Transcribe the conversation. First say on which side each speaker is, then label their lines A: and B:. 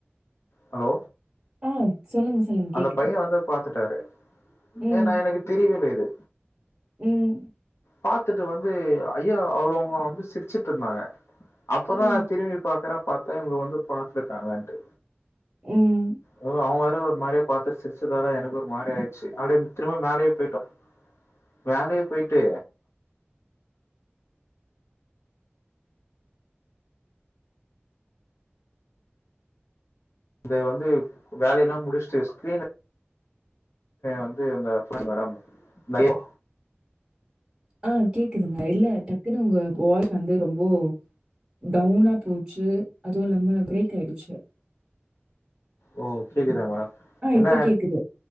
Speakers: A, on the left; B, on the right.
A: ஹலோ
B: ஆ சொல்லுங்க, சொல்லுங்க
A: அந்த
B: கேக்குது.
A: பைய வந்து பாத்துட்டாரு
B: ம்.
A: ஏனா எனக்கு தெரியவே இல்ல இது
B: ம்
A: பாத்துட்டு வந்து ஐயா அவர் அங்க வந்து சிரிச்சுட்டு இருந்தாங்க அப்பதா
B: ம்.
A: திரும்பி பாக்குற பாத்தா இவுங்க வந்து பாத்திருக்காங்கன்ட்டு
B: ம்
A: ஓ அவன் வேற ஒரு மாரியா பாத்து சிரிச்சதாலா எனக்கு ஒரு மாரி ஆயிச்சு அப்டியே திரும்ப மேலையே போயிட்டோ மேலையே போயிட்டு இத வந்து வேலையல்லா முடிஸ்ட்டு ஸ்கிரீன் வந்து அந்த <inaudible> மேடம்
B: ஆ கேக்குதுங்க இல்ல டக்குன்னு உங்க வாய்ஸ் வந்து ரொம்போ டவுனா போச்சு அதுவு இல்லாம பிரேக் ஆயிடுச்சு
A: ஓ கேக்குதா மேடம்
B: ஆ
A: என்னா
B: இப்ப கேக்குது.